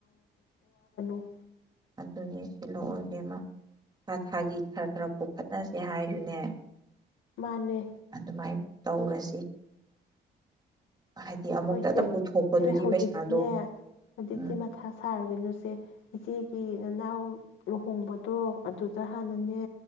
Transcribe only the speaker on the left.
<unintelligible>
ꯃꯥꯅꯦ
ꯍꯣꯏ ꯏꯆꯦ
ꯏꯆꯦ ꯍꯧꯖꯤꯛꯇꯤꯅꯦ
<unintelligible> ꯃꯊꯥ ꯁꯥꯔꯨꯈꯤꯅꯨꯁꯦ ꯏꯆꯦꯒꯤ ꯅꯅꯥꯎ ꯂꯨꯍꯣꯡꯕꯗꯣ ꯑꯗꯨꯗ ꯍꯥꯟꯅꯅꯦ